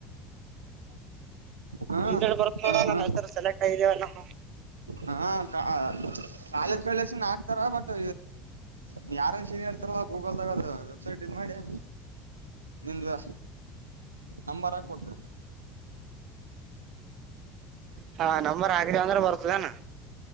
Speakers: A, on the right; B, on the right.
A: ಹಾ
B: ರಿಸಲ್ಟ ಬರತ್ತ ನೋಡ
A: ಹಾ
B: ನನ್ ಹೆಸರ ಸೆಲೆಕ್ಟ್ ಆಗಿದಿವೊ ನಮ್.
A: ಹಾಂ ಕಾ ಕಾಲೇಜ್ ಕಡೆಲಾಸಿಂದ ಹಾಕ್ತಾರ ಬಟ್. ನೀ ಯಾರನ್ ಶಿರಿಯಾ ಹಾಡ್ತಾರ ಗೂಗಲ್ದಾಗ ಅದ ವೆಬ್ಸೈಟ್ ಇದ ಮಾಡಿ. ನಿಂದ ನಂಬರ್ ಹಾಕ್ಬಕ.
B: ಹಾ ನಂಬರ್ ಹಾಕದ್ಯ ಅಂದ್ರ ಬರ್ತದೇನ.